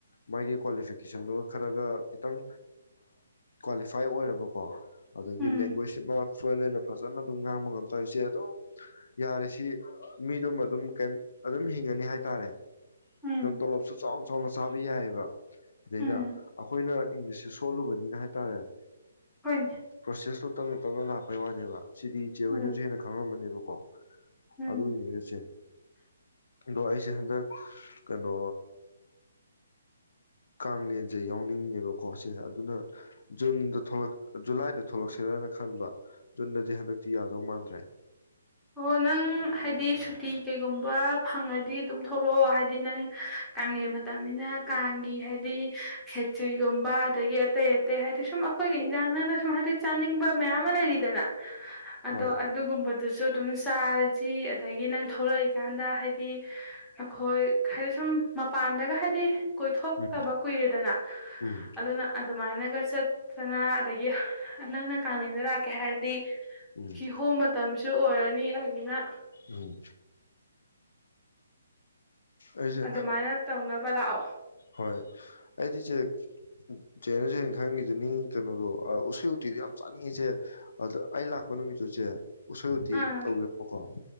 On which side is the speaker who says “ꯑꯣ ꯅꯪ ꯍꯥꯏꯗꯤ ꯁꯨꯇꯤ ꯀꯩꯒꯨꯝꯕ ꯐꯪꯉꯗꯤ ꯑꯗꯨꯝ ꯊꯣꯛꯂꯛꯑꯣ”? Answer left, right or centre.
Centre